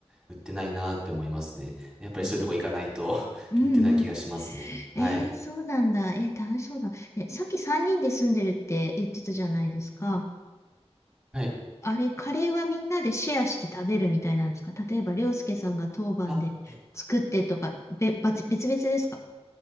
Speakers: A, in the centre; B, on the left.
A: 売ってないなって思いますね。やっぱりそういうとこ行かないと
B: うん
A: <laughs>
B: うんうん。
A: 売ってない気がしますね。はい。
B: えー、そうなんだ。えー楽しそうだ。え、さっき3人で住んでるって言ってたじゃないですか。
A: はい。
B: あれ、カレーはみんなでシェアして食べるみたいなんですか例えば、りょうすけさんが当番で作ってとか、
A: あ、え、
B: べ、ばつ別々ですか